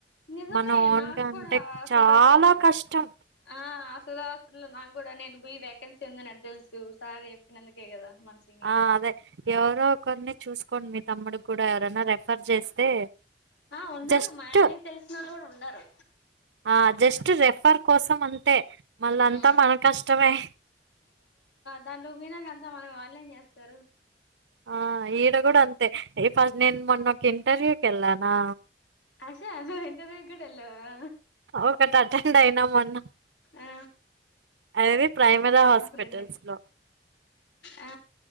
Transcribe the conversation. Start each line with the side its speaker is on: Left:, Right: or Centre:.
Left: నిజమే
Right: మన ఓన్గా
Left: నాకూడా
Right: అంటే చాలా
Left: సుధా హ
Right: కష్టం
Left: ఆ సుధ హాస్పిటల్లో నాగూడా నేను పోయి వేకెన్సీ ఉంది అటు తెలుసు సార్ చెప్పినందుకే కదా మన సీనియర్
Right: ఆ అదే ఎవరో కొన్ని చూసుకోండి మీ తమ్ముడికి కూడా ఎవరైనా రెఫర్ చేస్తే
Left: ఆ ఉన్నారు
Right: జస్ట్
Left: మా ఆయనకి తెలిసినోళ్ళు కూడా ఉన్నారు
Right: ఆ జస్ట్ రెఫ్ ఫర్ కోసం అంతే మళ్ళ
Left: ఉమ్
Right: అంతా మన కష్టమే
Left: దాంట్లోపోయినాకంతా మనం వాళ్ళేం చేస్తరు
Right: ఆ ఈడ కూడా అంతే ఈ ఫస్ట్ నేను మొన్నకి ఇంటర్వ్యూ కెల్లానా
Left: ఆశా ఇంటర్వ్యూ కూడ ఎల్లావా
Right: ఒకటి అటెండ్ అయినాము అన్న
Left: ఆ
Right: అది ప్రైమరి హాస్పిటల్స్
Left: మా ఫ్రెండ్
Right: లో
Left: ఆ